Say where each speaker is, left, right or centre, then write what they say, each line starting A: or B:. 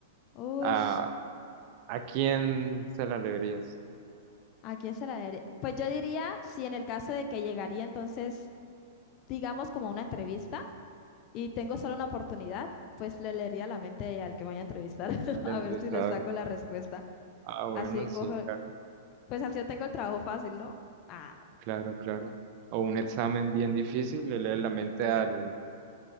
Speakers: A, on the left; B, on the right.
A: Uy,
B: ¿A, a quién se la leerías?
A: ¿a quién se la daría? Pues yo diría, si en el caso de que llegaría entonces digamos, como una entrevista y tengo solo una oportunidad, pues le leería la mente al que me vaya a entrevistar <laughs>
B: Al
A: a
B: entrevistador.
A: ver si le saco la respuesta.
B: Ah, bueno,
A: Así cojo,
B: sí, claro,
A: pues así yo tengo el trabajo fácil, ¿no? Ah,
B: claro, claro. O un examen bien difícil, le lees la mente al,